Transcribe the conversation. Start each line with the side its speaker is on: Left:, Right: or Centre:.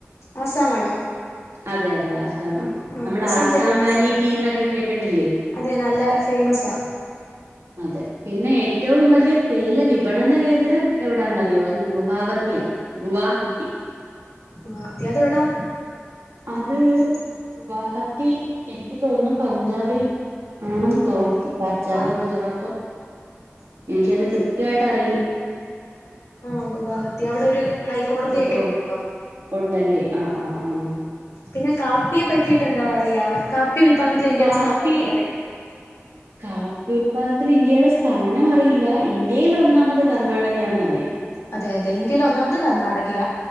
Left: ആസാമാണോ
Right: അതെ അതെ ആസാം
Left: ആ ആ
Right: നമ്മൾ ആസാം
Left: തേ
Right: വാലിറ്റി ഇന്നൊക്കെ കേട്ടിട്ടില്ലേ
Left: അതെ നല്ല ഫേമസാ
Right: അതെ പിന്നെ ഏറ്റവും വലിയ തേയില വിപണന കേന്ദ്രം എവിടാന്നറിയോ അത് ഗുഹാവതിയ ഗുവാഹത്തി
Left: ഗുഹവതി അതെ എവിടാ
Right: അത് ഗുവാഹത്തി എനിക്ക് തോന്നുന്നു പഞ്ചാബിൽ. ആണെന്ന്
Left: ഗുവാഹത്തി
Right: തോന്നുന്നു പഞ്ചാബോ
Left: ആ
Right: ഗുജറാത്തോ എനിക്കത് കൃത്യമായിട്ട് അറിയില്ല
Left: ആഹ് ഗുവാഹത്തി അവിടെ ഒരു... ഹൈക്കോടതിയൊക്കെ
Right: ഓഹ് ഓഹ്
Left: ഉണ്ടല്ലോ
Right: ഉണ്ടല്ലേ ആഹ് ആഹ് ആഹ്..
Left: പിന്നെ കാപ്പിയെ പറ്റിട്ട് എന്താ അറയാ കാപ്പി ഉൽപാദനത്തിൽ ഇന്ത്യയുടെ
Right: കാപ്പി
Left: സ്ഥാനഅറിയോ
Right: കാപ്പി ഉൽപാദനത്തിൽ ഇന്ത്യയുടെ സ്ഥാനം അറിയില്ല ഇന്ത്യൽ ഒന്നാമത് കർണാടകയാന്ന്റിയാ
Left: അതെ അതെ ഇന്ത്യയിൽ ഒന്നാമത് കർണാടകയ..